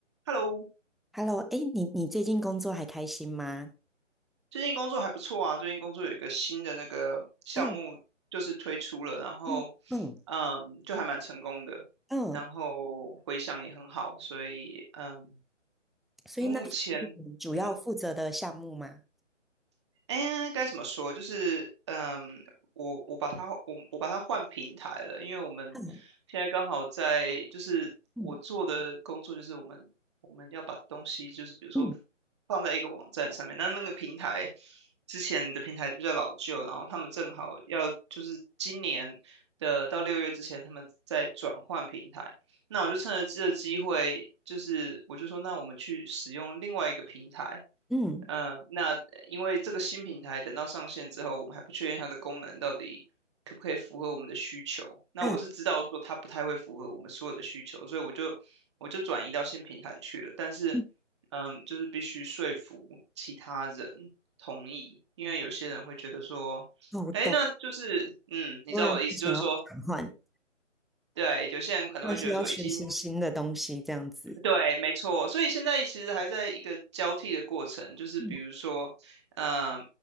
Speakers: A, on the right; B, in the centre.
A: Hello，
B: Hello，哎，你你最近工作还开心吗？
A: 最近工作还不错啊。最近工作有一个新的那个项目，
B: 嗯
A: 就是推出了，然后，
B: 嗯嗯
A: 嗯，就还蛮成功的，
B: 嗯，
A: 然后回响也很好，所以，嗯，
B: 所以那是你主要负责的项目吗？
A: 目前，嗯，哎，该怎么说？就是，嗯，我我把它我我把它换平台了，因为我们现在刚好在，
B: 嗯
A: 就是我做的工作就是我们我们要把东西，
B: 嗯
A: 就是比如说
B: 嗯
A: 放在一个网站上面，那那个平台之前的平台就比较老旧，然后他们正好要就是今年的到六月之前，他们在转换平台，那我就趁着这个机会，就是我就说，那我们去使用另外一个平台。
B: 嗯
A: 嗯、呃那因为这个新平台等到上线之后，我们还不确定它的功能到底可不可以符合我们的需求。那我是知道说它不太会符合我们所有的需求，
B: 嗯啊
A: 所以我就我就转移到新平台去了。但是，
B: 嗯，
A: 嗯，就是必须说服其他人同意，因为有些人会觉得说，
B: 哦，我懂，
A: 哎，那就是，
B: 很
A: 嗯，你知道我的意思，
B: 多人不想要转换，
A: 就是说，对，有些人可能会觉得说，
B: 但是要学习新的东西，
A: 已经
B: 这样子。
A: 对，没错，所以现在其实还在一个交替的过程，就是比如说，
B: 嗯
A: 嗯，